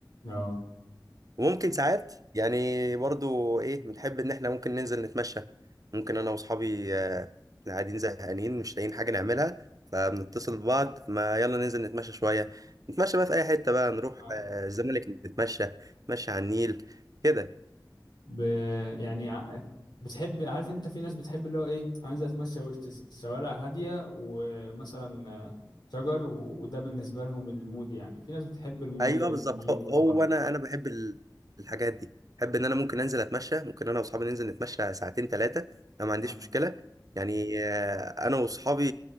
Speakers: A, on the left; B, on the right.
A: اه
B: وممكن ساعات يعني برضو ايه بنحب ان احنا ممكن ننزل نتمشى ممكن انا واصحابي آه، اللي قاعدين زهقانين مش لاقيين حاجه نعملها فبنتصل ببعض ما يلا ننزل نتمشى شويه نتمشى بقى في اي حته بقى نروح
A: بحب-
B: آه، الزمالك نتمشى نتمشى على النيل كده
A: ب... يعني ع- بتحب عارف انت في ناس بتحب اللي هو ايه عايزه اتمشى وسط س- شوارع هاديه ومثلا آه، شجر و... وده بالنسبه لهم المود يعني في ناس بتحب الميه
B: ايوه
A: والنيل
B: بالظبط هو
A: والبحر
B: هو انا انا بحب ال- الحاجات دي بحب ان انا ممكن انزل اتمشى ممكن انا واصحابي ننزل نتمشى ساعتين ثلاثه انا ما عنديش
A: آه.
B: مشكله يعني آه، انا واصحابي